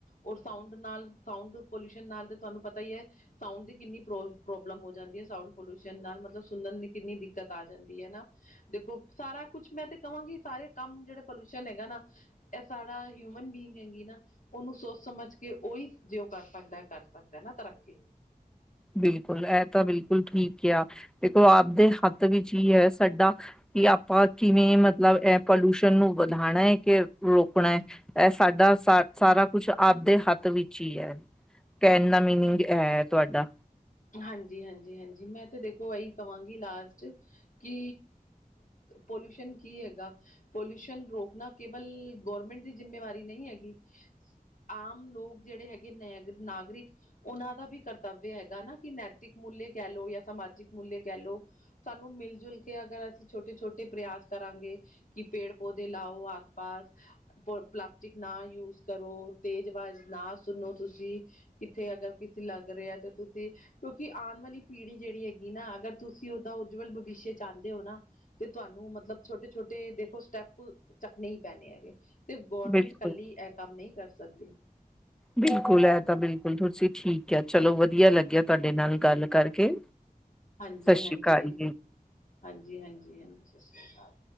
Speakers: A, on the left; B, in the centre.
A: ਔਰ ਸਾਊਂਡ ਨਾਲ ਸਾਊਂਡ ਪੋਲਿਊਸ਼ਨ ਨਾਲ ਤੇ ਤੁਹਾਨੂੰ ਪਤਾ ਹੀ ਹੈ, ਸਾਊਂਡ ਦੀ ਕਿੰਨੀ ਪ੍ਰੋ ਪ੍ਰੋਬਲਮ ਹੋ ਜਾਂਦੀ ਹੈ ਸਾਊਂਡ ਪੋਲਿਊਸ਼ਨ ਨਾਲ, ਮਤਲਬ ਸੁਣਨ ਦੀ ਕਿੰਨੀ ਦਿੱਕਤ ਆ ਜਾਂਦੀ ਹੈ ਨਾ ਦੇਖੋ ਸਾਰਾ ਕੁਛ ਮੈਂ ਤੇ ਕਹਾਂਗੀ ਸਾਰੇ ਕੰਮ ਜਿਹੜੇ ਪੋਲਊਸ਼ਨ ਹੈਗਾ ਨਾ ਇਹ ਸਾਰਾ ਹਿਊਮਨ ਬੀਂਗ ਹੈਗੀ ਨਾ- ਉਹਨੂੰ ਸੋਚ ਸਮਝ ਕੇ ਉਹੀ ਜੇ ਉਹ ਕਰ ਸਕਦਾ ਕਰ ਸਕਦਾ ਨਾ ਤਰੱਕੀ
B: ਬਿਲਕੁਲ ਇਹ ਤਾਂ ਬਿਲਕੁਲ ਠੀਕ ਆ, ਦੇਖੋ ਆਪਦੇ ਹੱਥ ਵਿੱਚ ਹੀ ਹੈ ਸਾਡਾ ਕਿ ਆਪਾਂ ਕਿਵੇਂ ਮਤਲਬ ਇਹ ਪੋਲਿਊਸ਼ਨ ਨੂੰ ਵਧਾਉਣਾ ਹੈ ਕਿ ਰੋਕਣਾ ਹੈ? ਇਹ ਸਾਡਾ ਸ ਸਾਰਾ ਕੁਛ ਆਪਦੇ ਹੱਥ ਵਿੱਚ ਹੀ ਹੈ ਕਹਿਣ ਦਾ ਮੀਨਿੰਗ ਹੈ ਤੁਹਾਡਾ
A: ਹਾਂਜੀ ਹਾਂਜੀ, ਹਾਂਜੀ ਮੈਂ ਤੇ ਦੇਖੋ ਇਹੀ ਕਹਾਂਗੀ ਲਾਸਟ ਕੀ ਪੋਲਿਊਸ਼ਨ ਕੀ ਹੈਗਾ? ਪੋਲਿਊਸ਼ਨ ਰੋਕਣਾ ਕੇਵਲ ਗੌਰਮੈਂਟ ਦੀ ਜਿੰਮੇਵਾਰੀ ਨਹੀਂ ਹੈਗੀ, ਆਮ ਲੋਕ ਜਿਹੜੇ ਹੈਗੇ ਨ ਨਾਗਰਿਕ ਉਹਨਾਂ ਦਾ ਵੀ ਕਰਤਵ ਹੈਗਾ ਨਾ ਕਿ ਨੈਤਿਕ ਮੂਲ ਕੈ ਲੋ ਜਾਂ ਸਾਮਜਿਕ ਮੂਲ ਕਹਿ ਲੋ ਸਾਨੂੰ ਮਿਲ ਜੁਲ ਕੇ ਅਗਰ ਅਸੀਂ ਛੋਟੇ ਛੋਟੇ ਪ੍ਰਯਸ ਕਰਾਂਗੇ ਕਿ ਪੇੜ ਪੌਦੇੇ ਲਓ ਆਸਪਾਸ, ਪ ਪਲਾਸਟਿਕ ਨਾ ਯੂਜ ਕਰੋ, ਤੇਜ਼ ਆਵਾਜ਼ ਨਾ ਸੁਣੋ ਤੁਸੀਂ ਕਿੱਥੇ ਅਗਰ ਕਿਤੇ ਲੱਗ ਰਿਹਾ ਆਂ ਤੇ ਤੁਸੀਂ ਕਿਉਂਕਿ ਆਣ ਵਾਲੀ ਪੀੜ੍ਹੀ ਜਿਹੜੀ ਹੈਗੀ ਨਾ ਅਗਰ ਤੁਸੀਂ ਓਦਦਾ ਉਜਵਲ ਭਵਿੱਖ ਚਾਹੁੰਦੇ ਹੋ ਨਾ। ਤੇ ਤੁਹਾਨੂੰ ਮਤਲਬ ਛੋਟੇ, ਛੋਟੇ ਦੇਖੋ ਸਟੈਪ ਚੱਕਣੇ ਹੀ ਪੈਣੇ ਹੈਗੇ। ਤੇ 'ਗੌਰਮੈਂਟ'
B: ਬਿਲਕੁਲ
A: ਕੱਲੀ ਇਹ ਕੰਮ ਨਹੀਂ ਕਰ ਸਕਦੀ‌।
B: ਬਿਲਕੁਲ ਐ ਤਾਂ ਬਿਲਕੁਲ ਤੁਸੀਂ ਠੀਕ ਕਿਆ ਚਲੋ ਵਧੀਆ ਲੱਗਿਆ, ਤੁਹਾਡੇ ਨਾਲ ਗੱਲ ਕਰਕੇ।
A: ਹਾਂਜੀ,
B: ਸਤਿ ਸ਼੍ਰੀ
A: ਹਾਂਜੀ,
B: ਅਕਾਲ ਜੀ।
A: ਹਾਂਜੀ, ਹਾਂਜੀ, ਹਾਂਜੀ 'ਸਤਿ ਸ਼੍ਰੀ ਅਕਾਲ'।